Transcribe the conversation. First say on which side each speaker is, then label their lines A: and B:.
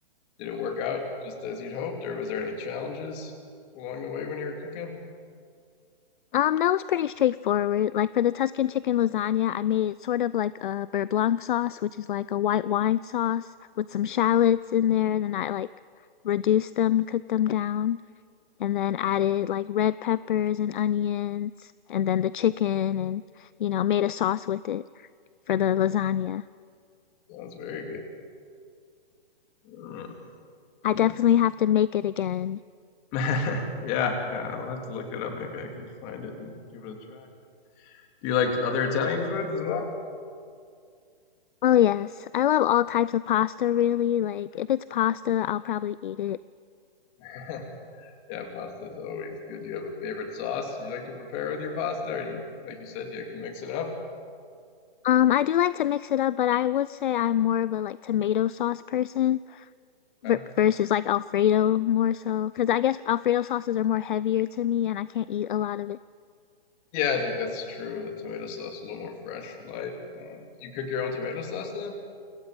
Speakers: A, on the left (about 25°); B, on the left (about 55°).
A: did it work out just as you'd hoped, or was there any challenges along the way when you were cooking?
B: Um, that was pretty straightforward. Like for the Tuscan chicken lasagna, I made sort of like a beurre blanc sauce, which is like a white wine sauce with some shallots in there. Then I like reduced them, cooked them down, and then added like red peppers and onions, and then the chicken, and you know, made a sauce with it for the lasagna.
A: Sounds very good. Uh,
B: I
A: that's
B: definitely have to make it again
A: <laughs> Yeah, yeah, I'll have to look it up. Maybe I can find it and give it a try. Do you like other Italian foods as well?
B: Oh yes, I love all types of pasta really. Like if it's pasta, I'll probably eat it.
A: <laughs> Yeah, pasta is always good. Do you have a favorite sauce you like to prepare with your pasta? Or you, like you said, you like to mix it up?
B: Um, I do like to mix it up, but I would say I'm more of a like tomato sauce person ver
A: Yeah,
B: versus like Alfredo more so, because I guess Alfredo sauces are more heavier to me and I can't eat a lot of it.
A: yeah, I think that's true. The tomato sauce is a little more fresh, light. Um, do you cook your own tomato sauce then?